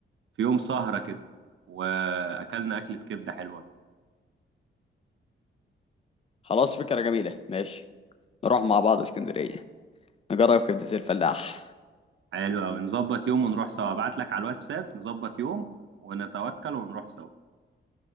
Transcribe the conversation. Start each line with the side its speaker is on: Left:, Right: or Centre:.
Right: في يوم سهره كده واكلنا اكله كبده حلوه
Left: خلاص فكرة جميلة ماشي نروح مع بعض اسكندرية نجرب كبدة الفلاح
Right: حلو قوي نظبط يوم ونروح سوا ابعت لك على الواتساب نظبط يوم ونتوكل ونروح سوا